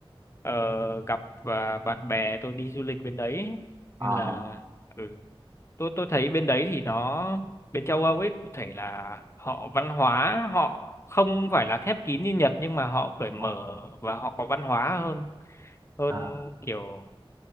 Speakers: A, on the left; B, on the right.
A: ờ, gặp và bạn bè tôi đi du lịch bên đấy ấy.
B: ờ,
A: nên là ừ, tôi tôi thấy bên đấy thì nó bên châu Âu ấy có thể là họ văn hóa họ không phải là khép kín như Nhật nhưng mà họ cởi mở
B: ờ,
A: và họ có văn hóa hơn hơn
B: ờ,
A: kiểu